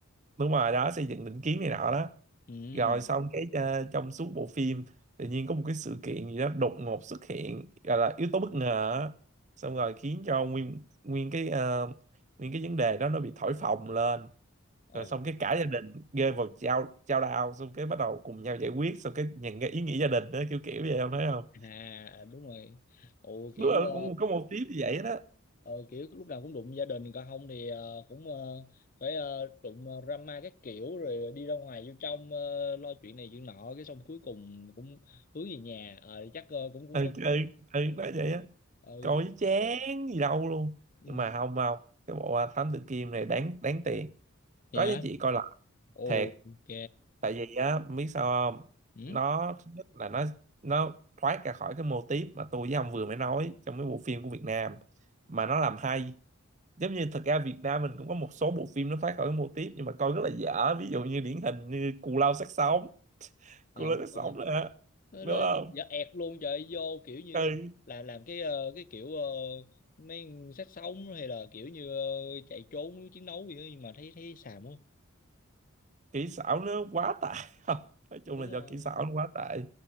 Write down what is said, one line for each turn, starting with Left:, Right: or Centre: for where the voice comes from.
Right: đúng rồi đó xây dựng định kiến này nọ đó
Left: ừ
Right: rồi xong cái ờ, trong suốt bộ phim tự nhiên có một cái sự kiện gì đó đột ngột xuất hiện gọi là yếu tố bất ngờ á. xong rồi khiến cho nguyên nguyên cái ờ, nguyên cái vấn đề đó nó bị thổi phồng lên
Left: ờ
Right: rồi xong cái cả gia đình rơi vào chao chao đao xong cái bắt đầu cùng nhau giải quyết xong cái nhận cái ý nghĩa gia đình đó kiểu kiểu vậy không thấy không
Left: à à, đúng rồi ồ
Right: đúng
Left: kiểu
Right: là
Left: ờ,
Right: cũng có một tiếp như vậy đó
Left: ờ, kiểu lúc nào cũng đụng gia đình còn không thì ờ, cũng ờ, phải ờ, đụng ờ, drama các kiểu rồi đi ra ngoài vô trong ờ, lo chuyện này chuyện nọ cái xong cuối cùng cũng hướng về nhà Ờ, chắc ờ, cũng cũng
Right: ừ,
Left: có
Right: ừ, ừ nó vậy á
Left: ừ
Right: coi chứ chán gì đâu luôn
Left: ừ.
Right: nhưng mà không không cái bộ à, Thám Tử Kiên này đáng đáng tiền
Left: dạ
Right: có giá trị coi lại
Left: ok
Right: thiệt tại vì á biết sao không
Left: ừ?
Right: nó thứ nhất là nó nó thoát ra khỏi cái mô típ mà tôi với ông vừa mới nói trong cái bộ phim của Việt Nam mà nó làm hay giống như thật ra Việt Nam mình cũng có một số bộ phim nó thoát khỏi cái mô típ nhưng mà coi rất là dở ví dụ như điển hình như Cù Lao Xác Sống <laughs>
Left: à
Right: Cù Lao
Left: đúng
Right: Xác
Left: rồi
Right: Sống là
Left: nó,
Right: đúng
Left: nó
Right: không
Left: dạ ẹt luôn trời vô kiểu như
Right: ừ,
Left: là làm cái ờ, cái kiểu uh, mấy sát sống hay là kiểu như ờ, chạy trốn chiến đấu gì đó nhưng mà thấy thấy xàm quá
Right: kỹ xảo nó quá tệ <laughs> nói chung
Left: đúng
Right: là do
Left: rồi
Right: kỹ xảo nó quá tệ